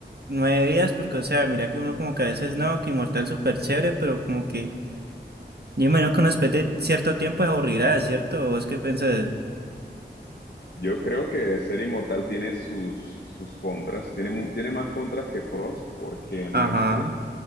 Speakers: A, on the right; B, on the left.
A: nueve días, porque, o sea, mira que uno como que a veces no, que Inmortal es súper chévere, pero como que yo me que uno después cierto tiempo es aburrirá, ¿cierto? ¿Vos qué pensás?
B: Yo creo que ser inmortal tiene sus, sus contras, tiene, mu- tiene más contras que pros, porque digamos
A: Ajá.
B: que